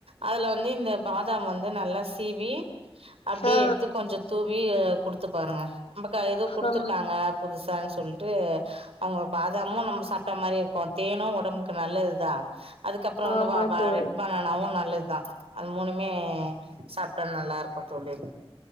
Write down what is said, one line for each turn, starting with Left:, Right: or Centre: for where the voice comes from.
Right: அதுல வந்து இந்த பாதாம் வந்து நல்லா சீவி அப்டியே
Left: ஆ.
Right: எடுத்து கொஞ்ச தூவி குடுத்து பாருங்க நம்மக்க எதும் குடுத்திருக்காங்க
Left: ஆ.
Right: புதுசா சொ சொல்ட்டு அ அவங்க பாதாமு நம்ம சாப்பிட்ட மாரி இருக்கு தேனும் வொடம்புக்கு நல்லதுதா அதுக்கப்பறம் வந்து
Left: ஆமா
Right: வ வா
Left: தோழி.
Right: ரெட் பணாணனாவு நல்லது தா அது மூணுமே சாப்பிட்டா நல்லா இருக்கு தோழி